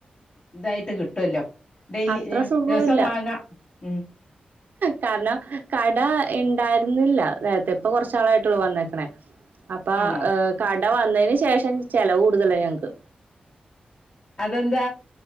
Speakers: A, on the left (about 40°); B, on the right (about 75°).
A: ഇതായിട്ട് കിട്ടുല്ലോ ഡെയിലി
B: അത്ര സുഖവുല്ല
A: ദിവസം വാങ്ങാം ഉം
B: കാരണം കട ഇണ്ടായിരുന്നില്ല നേരത്തെ ഇപ്പൊ കൊറച്ചാളായിട്ടുള്ളൂ വന്നേക്കണേ അപ്പൊ
A: ആണോ
B: ഏർ കട വന്നതിന് ശേഷം ചെലവ് കൂടുതല ഞങ്ങക്ക്
A: അതന്താ